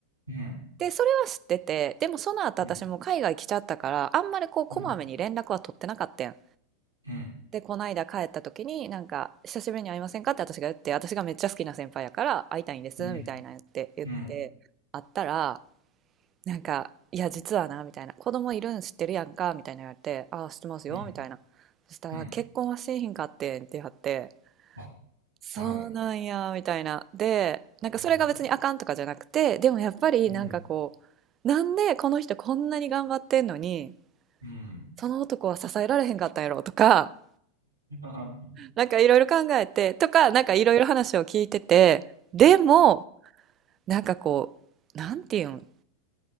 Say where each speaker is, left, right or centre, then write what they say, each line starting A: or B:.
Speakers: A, on the right (about 85°); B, on the right (about 30°).
A: うん。うん。
B: でそれは知っててでもその後私も海外来ちゃったからあんまりこうこまめに連絡は取ってなかったん
A: うん。うん。うん。
B: で、この間帰った時に、なんか、久しぶりに会いませんかって私が言って、私がめっちゃ好きな先輩やから会いたいんです、
A: うん。
B: みたいな言って、言って、
A: うん。
B: 会ったら、なんか、いや、実はな、みたいな、子供いるん知ってるやんか、みたいな言われて、ああ、知ってますよ、
A: うん。
B: みたいな。そしたら、
A: うん
B: 結婚はしえへんかってんって言われて、
A: あ、
B: そうなんや、
A: はい。
B: みたいな。で、なんかそれが別にあかんとかじゃなくて、
A: うん。
B: でもやっぱりなんかこ
A: うん。
B: う、なんでこの人こんなに頑張ってんのに、
A: うん。
B: その男は支えられへんかったんやろとか、
A: ああ、
B: なんかいろいろ考えて、とか、なんかいろいろ話を聞いてて、でも、なんかこう、なんていうん、